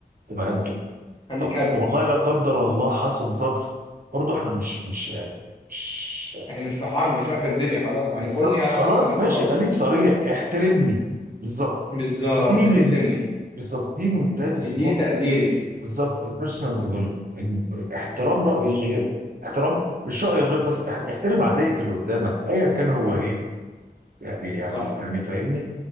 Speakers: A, on the right; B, on the left.
A: تبقى قد
B: خليك
A: طب
B: قده
A: والله لا قدر الله حصل ظرف برضه احنا مش مش يعني مش
B: احنا مش في حرب مش في اخر الدنيا خلاص يعني
A: بالظبط
B: قول لي
A: خلاص
B: هتقبل الحوار
A: ماشي
B: بس
A: خليك صريح احترمني بالظبط
B: بالظبط
A: دي من
B: احترمني
A: بالظبط دي من تاني صفات
B: اديني تقديري
A: بالظبط البيرسونال ديفلوبمنت احترام رأي الغير احترام مش رأي الغير بس اح- احترم عقلية اللي قدامك ايا كان هو ايه يعني يعني
B: صح
A: يعني فاهمني